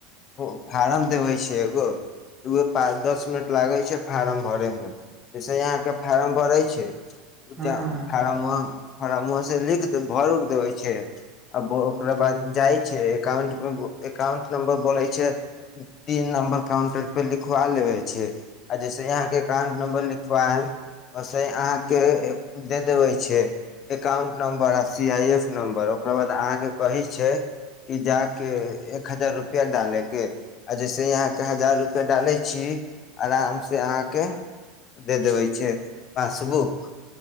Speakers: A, on the left; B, on the right.
A: उ फार्म देबै छै एगो उहे पाँच दस मिनट लागै छै फार्म भरय मे जैसे अहाँ के फार्म भरै छै फ्मो
B: हँ बोलै छै
A: फार्मो से लिख देब भर उर देबे छै आ ओकरा बाद जाइ छै एकाउंट मे बोलई एकाउंट नम्बर बोले छै तीन नंबर काउंटर लिखवा लेवे छै आ जैसे यहाँ के एकाउंट नंबर लिखवाम है अहाँ के दे देबे छै एकाउंट नंबर आ सी आइ एफ नंबर ओकरा बाद अहाँ के कही छै कि जा के एक हजार रुपआ डाले के आ जैसे यहाँ के हजार रुपआ डाले छी आराम से अहाँ के दे देबे छै पासबुक